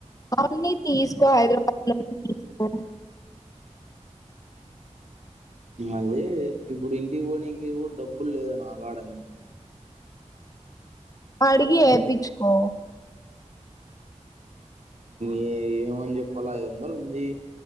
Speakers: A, on the left; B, on the right.
A: అవన్నీ తీసుకో హైదరాబాద్ లో తీసుకో
B: అదీ ఇప్పుడు ఇంటి పోనీకి కూడబ్బులు లేదు నా కాడ
A: అడిగి ఏపీచుకో
B: ఏ ఏమని చెప్పాల ఐదొందలుంది